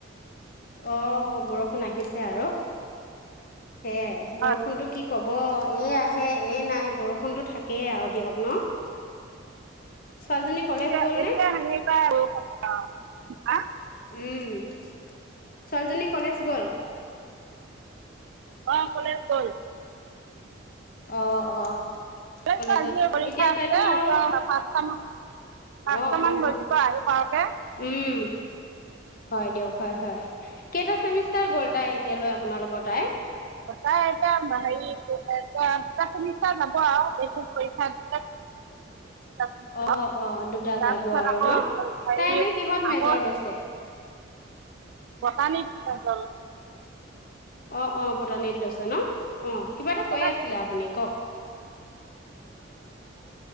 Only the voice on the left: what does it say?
অ', হব বৰষুণ আহিছে আৰু, সেয়াই বৰষুণতটো
কি ক'ব ব' এই আহে, এই নাই, বৰষুণটো থাকেই আৰু দিয়ক ন'? ছোৱালীজনী কলেজ
গ'ল
নে
উম, ছোৱালীজনী কলেজ গ'ল?
অ', অ',
কলেজত
এতিয়া
তাই তেনে আৰু
অ', অহ', গৈছোঁ
উম। হয় দিয়ক, হয়, হয়, কেইটা চেমিষ্টাৰ গ'ল তাই, এতিয়ালৈ আপোনালোকৰ তাই?
অ অ দুটা
যাব আৰু
ন
তাই এনে কিহত মেজৰ
লৈছে
অঁ অঁ, বুটানীত লৈছে ন। অঁ কিবা এটা কৈ
আছিলে আপুনি কওক